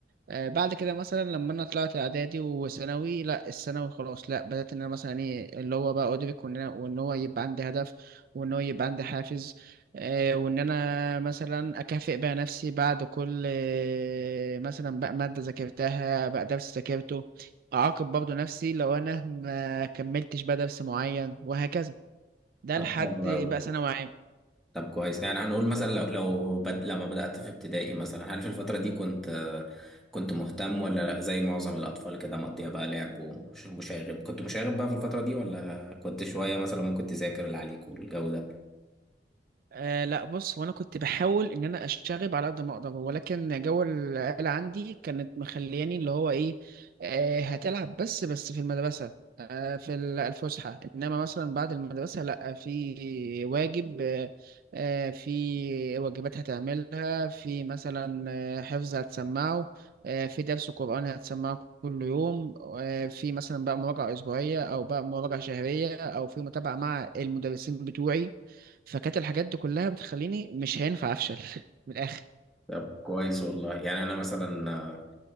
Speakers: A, on the right; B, in the centre.
A: آه، بعد كده مثلا لما انا طلعت اعدادي وثانوي لا الثانوي خلاص لا بدات ان انا مثلا ايه اللي هو بقى ادرك وان انا وان هو يبقى عندي هدف وان هو يبقى عندي حافز آه، وان انا مثلا اكافئ بقى نفسي بعد كل آه، مثلا بقى ماده ذاكرتها بقى درس ذاكرته اعاقب برضه نفسي لو انا ما كملتش بقى درس معين وهكذا ده
B: طب
A: لحد
B: حلو
A: بقى
B: أوي
A: ثانوي عام
B: طب كويس يعني هنقول مثلا لو لو بد... لما بدأت في ابتدائي مثلا هل في الفترة دي كنت كنت مهتم ولا زي معظم الأطفال كده مقضية بقى لعب ومشاغب كنت مشاغب بقى في الفترة دي ولا كنت شوية مثلا ممكن تذاكر اللي عليك والجو ده
A: آه لا بص هو انا كنت بحاول ان انا اشتغل على قد ما اقدر ولكن جو العيله عندي كانت مخلياني اللي هو ايه آه هتلعب بس بس في المدرسه آه في ال- الفسحه انما مثلا بعد المدرسه لا في واجب آه آه، في واجبات هتعملها في مثلا آه، حفظ هتسمعه آه في درس قران هتسمعه كل يوم آه في مثلا بقى مراجعه اسبوعيه او بقى مراجعه شهريه او في متابعه مع المدرسين بتوعي فكانت الحاجات دي كلها بتخليني مش هينفع افشل <laughs> من الاخر
B: طب كويس والله يعني انا مثلا آه،